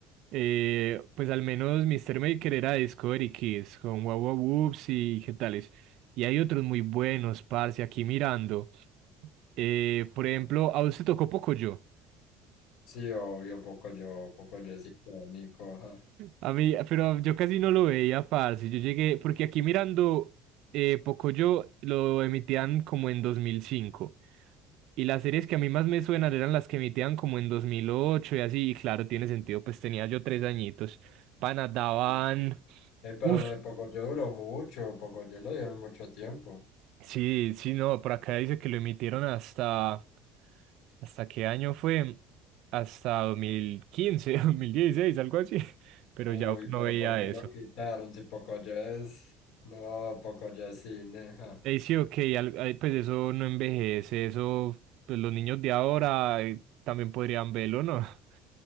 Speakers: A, on the right; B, on the left.
A: eh, pues al menos Mr. Maker era de Discovery Kids, con Wow Wow Whoops y qué tales. Y hay otros muy buenos, parce, aquí mirando. Eh, por ejemplo, ¿a usted tocó Pocoyo?
B: Sí, obvio, Pocoyo, Pocoyo es icónico, ajá.
A: A mí, pero yo casi no lo veía, parce. Yo llegué, porque aquí mirando eh, Pocoyo lo emitían como en dos mil cinco Y las series que a mí más me suenan eran las que emitían como en 2008 y así. Y claro, tiene sentido, pues tenía yo tres añitos. Pana, daban.
B: Sí. Eh, pero
A: Uf,
B: lo de Pocoyo duró mucho, Pocoyo lo dieron mucho tiempo.
A: sí, sí, no, por acá dice que lo emitieron hasta. ¿Hasta qué año fue? Hasta dos dos mil quince, <laughs> 2016, algo así. Pero
B: Uy,
A: ya no
B: pero
A: veía
B: ¿por qué
A: eso.
B: lo quitaron? Si Pocoyo es... No, Pocoyo es cine, ajá.
A: Eh, sí, ok, al- ay, pues eso no envejece, eso, pues los niños de ahora eh, también podrían verlo, ¿no? <laughs>